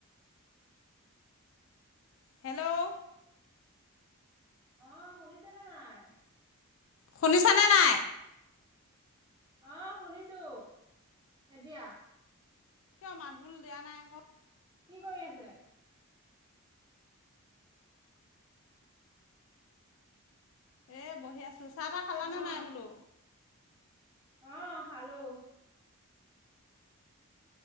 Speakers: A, on the left; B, on the right.
A: হেল্ল'
B: অ শুনিছেনে নাই
A: শুনিছানে নাই
B: আহ শুনিছো এতিয়া
A: কিয় মাত বোল দিয়া নাই আকৌ
B: কি কৰি আছে
A: এ বহি আছো। চাহ তাহ খালা
B: অ',
A: নে নাই বোলো।
B: অ খালো